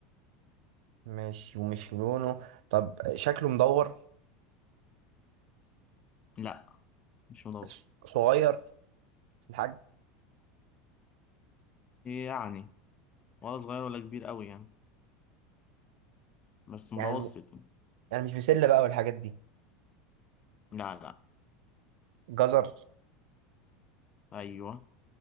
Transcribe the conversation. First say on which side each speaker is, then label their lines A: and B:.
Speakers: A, on the right (about 80°); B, on the left (about 25°).
A: ماشي ومش لونه طب شكله مدور
B: لا مش مضر
A: ص- صغير في الحجم
B: يعني ولا صغير ولا كبير قوي يعني بس متوسط
A: يعني
B: يعني.
A: يعني مش بسلة بقى والحاجات دي
B: لا لا
A: جزر
B: ايوه